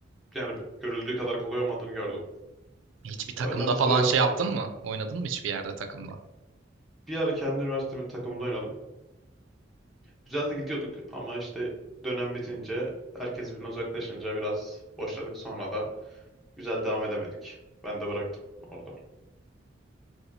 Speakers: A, in the centre; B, on the right.
A: yani görüldüğü kadar kolay olmadığını gördüm.
B: Hiçbir takımda
A: O yüzden bir
B: falan
A: süreden
B: şey
A: sonra
B: yaptın mı? Oynadın mı hiçbir yerde takımda?
A: bir ara kendi üniversitemin takımında oynadım. Güzel de gidiyorduk ama işte dönem bitince herkes birbirinden uzaklaşınca biraz boşladık. Sonra da güzel devam edemedik. Ben de bıraktım orada.